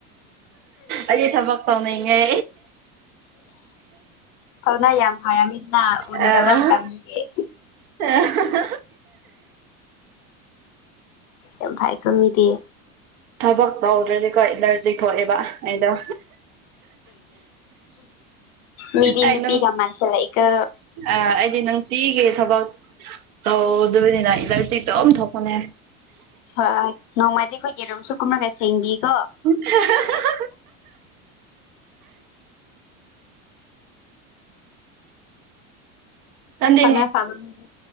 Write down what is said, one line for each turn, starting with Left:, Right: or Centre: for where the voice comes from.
Right: ꯑꯩ ꯊꯕꯛ ꯇꯧꯅꯤꯡꯉꯦ
Left: ꯐꯥꯎꯅ ꯌꯥꯝ ꯐꯔꯝꯃꯤꯗꯅ ꯎꯅꯗꯕ
Right: ꯑꯥ
Left: ꯃꯇꯝꯗꯒꯤ
Right: ꯑ ꯍ ꯍ ꯍ
Left: ꯌꯥꯝ ꯊꯥꯏ ꯀꯣ ꯃꯤꯗꯤ
Right: ꯊꯕꯛ ꯇꯧꯗ꯭ꯔꯗꯤꯀꯣ ꯑꯦꯂꯔꯖꯤ ꯊꯣꯛꯑꯦꯕ ꯑꯩꯅꯣ
Left: ꯃꯤꯗꯤ ꯏ
Right: ꯑꯩ
Left: ꯅꯨꯄꯤꯒ
Right: ꯅꯨꯡ
Left: ꯃꯁꯤ ꯂꯥꯏꯀ
Right: ꯑ ꯑꯩꯗꯤ ꯅꯨꯡꯇꯤꯒꯤ ꯊꯕꯛ ꯇꯧꯗꯕꯅꯤꯅ ꯏꯂꯔꯖꯤꯛꯇꯣꯝ ꯊꯣꯛꯄꯅꯦ
Left: ꯍꯣꯏ ꯅꯣꯡꯃꯗꯤ ꯑꯩꯈꯣꯏꯒꯤꯔꯨꯝꯝꯁꯨ ꯀꯨꯝꯅꯒ ꯁꯦꯡꯕꯤꯀꯣ
Right: ꯍꯥ ꯍꯥ ꯀꯟꯗꯦ
Left: ꯐꯅ ꯐꯕ ꯃꯤꯗꯤ